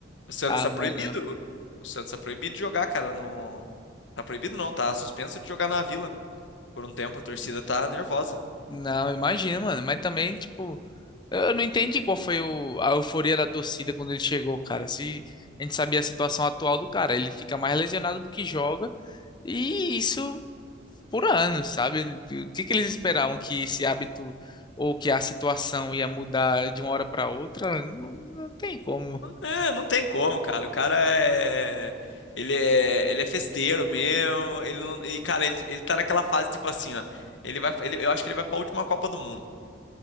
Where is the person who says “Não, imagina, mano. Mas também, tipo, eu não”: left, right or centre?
Left